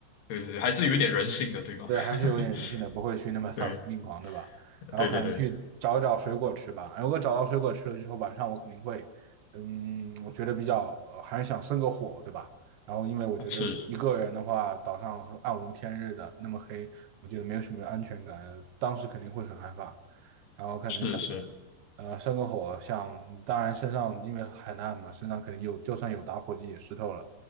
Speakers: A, on the left; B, on the right.
A: 对对对，还是有一点人性的，对吧？
B: 对，还是有点人性的，
A: <laughs>
B: 不会去那么丧心病狂，
A: 对
B: 对吧？然后可能去找一找水果吃吧。
A: 对对对，
B: 如果找到水果吃了之后，晚上我肯定会，嗯，我觉得比较，呃还是想生个火，对吧？然后因为我觉得一个人的话，
A: 是
B: 岛上很暗无天日的，那么黑，我觉得没有什么安全感，当时肯定会很害怕。然后可能想着呃，
A: 是是
B: 生个火，想当然身上因为海难嘛，身上肯定有，就算有打火机也湿透了。